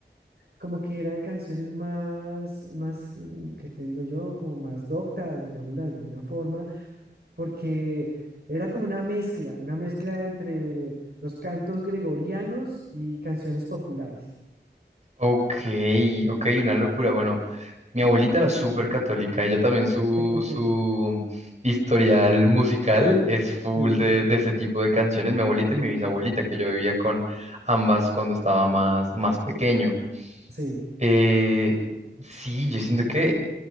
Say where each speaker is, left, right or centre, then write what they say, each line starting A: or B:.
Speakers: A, on the right (about 60°); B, on the right (about 40°).
A: como que eran canciones más, más, mm, ¿qué te digo yo? Como más docta, digámoslo de alguna forma porque era como una mezcla, una mezcla entre los cantos gregorianos y canciones populares.
B: Ok, ok, una locura. Bueno. Mi abuelita era súper católica, ella también su,
A: <laughs>
B: su historial musical es full
A: Sí,
B: de, de ese tipo de canciones. Mi abuelita y mi bisabuelita, que yo vivía con ambas cuando estaba más, más pequeño.
A: sí,
B: Eh, sí, yo siento que,